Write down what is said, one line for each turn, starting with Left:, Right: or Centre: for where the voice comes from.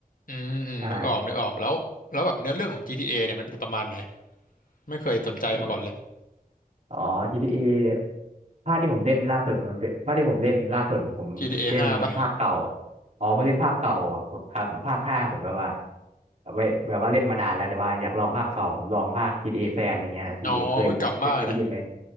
Left: อืมอืมนึกออกนึกออกแล้วแล้วแบบเนื้อเรื่องของ
Right: ใช่
Left: GTA เอเนี่ยมันเป็นประมาณไหนไม่เคยสนใจมาก่อนเลย
Right: ไมันอ๋อ GTA ภาคที่ผมเล่นล่าสุดมันเป็นภาคที่ผมเล่นล่าสุดผมเล่นภาคเก่า
Left: GTA ห้าปะ
Right: อ๋อผมเล่นภาคเก่าครับภาคห้าผมแบบว่าไว้แบบว่าเล่นมานานแล้วแต่ว่าอยากลองภาคเก่าผมลองภาค GTA แฟนอะไรเงี้ยพี่เคย
Left: อ๋อหุ้ยเก่ามากเลยนะ
Right: เคยได้ยินไหม